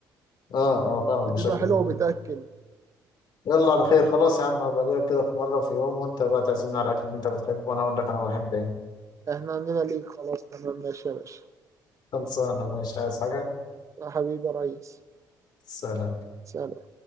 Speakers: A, on the left (about 60°); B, on the right (about 40°).
A: اه اه فاهم
B: بتبقى
A: بشكل
B: حلوة
A: كبير
B: وبتأكل
A: يلا على خير خلاص يا عم هبقى أجيلك كده في مرة في يوم وأنت بقى تعزمنا على الأكل اللي أنت بتحبه وأنا أقول لك أنا بحب إيه
B: احنا عندنا ليك خلاص تمام ماشي يا باشا
A: خلصانة ماشي عايز حاجة
B: يا حبيبي يا ريس
A: سلام
B: سلام